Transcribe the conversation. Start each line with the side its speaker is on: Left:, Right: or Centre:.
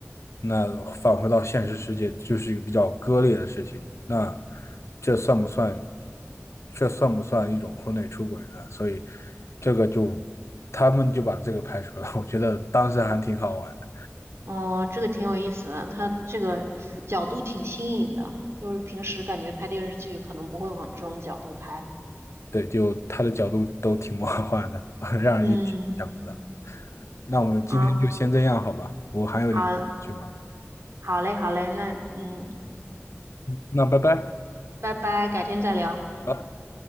Left: 那返回到现实世界就是一个比较割裂的事情。那这算不算？这算不算一种婚内出轨呢？所以这个就他们就把这个排除了。<laughs> 我觉得当时还挺好玩的，
Right: 哦，这个挺有意思的，它这个角度挺新颖的，就是平时感觉拍电视剧可能不会往这种角度拍。
Left: 对，就他的角度都挺魔幻的，<laughs> 让人意想不到。
Right: 嗯，
Left: 那我们今天就先这样好吧？
Right: 啊，
Left: 我还有点事去忙，
Right: 好，好嘞，好嘞，那嗯，
Left: 那拜拜。
Right: 拜拜，改天再聊。
Left: 好。